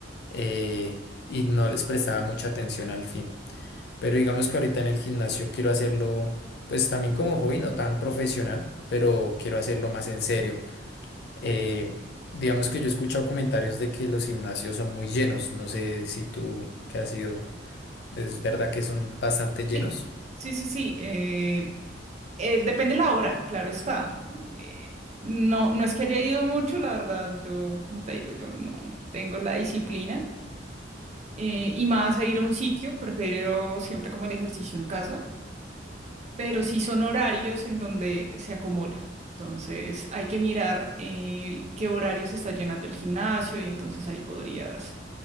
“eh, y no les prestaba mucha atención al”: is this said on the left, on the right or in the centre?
Left